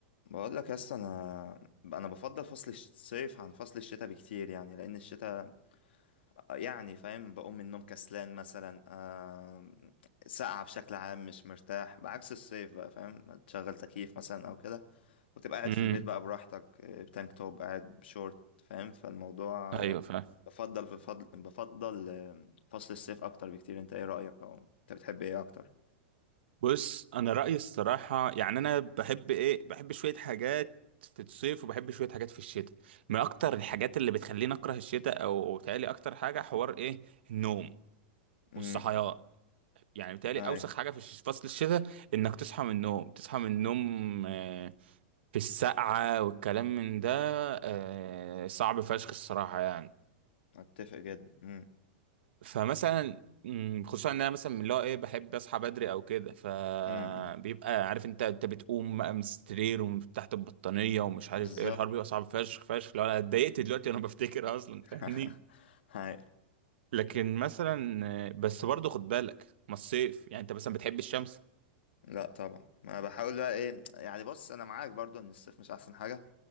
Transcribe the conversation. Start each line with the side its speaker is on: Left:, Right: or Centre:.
Left: بقول لك يا اسطى انا انا بفضل فصل الصيف عن فصل الشتاء بكتير يعني لان الشتاء يعني فاهم بقوم من النوم كسلان مثلا آه ساقعة بشكل عام مش مرتاح بعكس الصيف بقى فاهم تشغل تكييف مثلا او كده وتبقى قاعد
Right: امم
Left: في البيت بقى براحتك آه، بتانك توب قاعد بشورت فاهم فالموضوع
Right: ايوه
Left: آه،
Right: فاهم
Left: بفضل في فضل بفضل آه، فصل الصيف اكتر بكتير انت ايه رأيك او انت بتحب ايه اكتر
Right: بص انا رايي الصراحه يعني انا بحب ايه بحب شويه حاجات في الصيف وبحب شويه حاجات في الشتاء من اكتر الحاجات اللي بتخليني اكره الشتاء او بتهيألي اكتر حاجه حوار ايه النوم
Left: امم
Right: والصحيان يعني بتهيألي
Left: ايوه
Right: اوسخ حاجه في الش- فصل الشتاء انك تصحى من النوم تصحى من النوم آه، في السقعه والكلام من ده آه، صعب فشخ الصراحه يعني
Left: اتفق جدا امم
Right: فمثلا مم، خصوصا ان انا مثلا من اللي هو ايه بحب اصحى بدري او كده فبيبقى
Left: امم
Right: عارف انت انت بتقوم بقى من السرير ومن تحت البطانيه ومش
Left: بالظبط
Right: عارف ايه الحوار بيبقى صعب فشخ فشخ لو انا اتضايقت دلوقتي وانا <laughs> بفتكر اصلا
Left: <laughs>
Right: فاهمني
Left: هاي
Right: لكن مثلا آه، بس برضه خد بالك ما الصيف يعني انت مثلا بتحب الشمس
Left: لا طبعا ما أنا بحاول بقى ايه يعني بص انا معاك برضو ان الصيف مش احسن حاجه